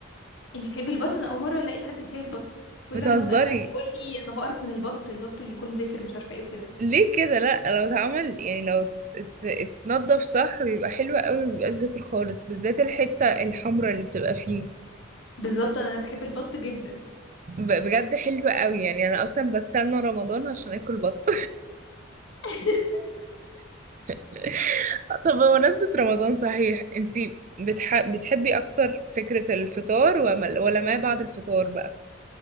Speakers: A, on the left; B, on the right.
A: انتي بتحبي البط انا اول مره الاقي حد بيحب البط كل
B: بتهزري
A: ما اسال حد يقول لي انا بقرف من البط البط بيكون زفر مش عارفه ايه وكده
B: ليه كده لا لو اتعمل يعني لو ات- ات- اتنضف صح بيبقى حلو قوي بيبقى زفر خالص بالذات الحتة الحمراء اللي بتبقى فيه
A: بالظبط انا بحب البط جدا
B: ب- بجد حلوة قوي يعني انا اصلا بستنى رمضان عشان اكل بط
A: <laughs>
B: <laughs> طب بمناسبة رمضان صحيح انتي بتح... بتحبي اكتر فكرة الفطار وما- ولا ما بعد الفطار بقى